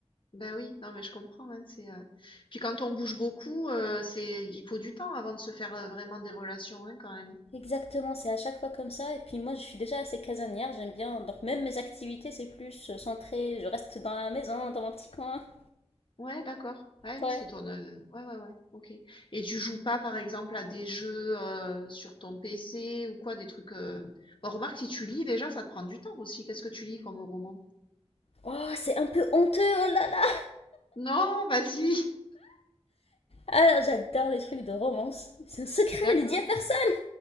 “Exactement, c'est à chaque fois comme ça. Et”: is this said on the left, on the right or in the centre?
Left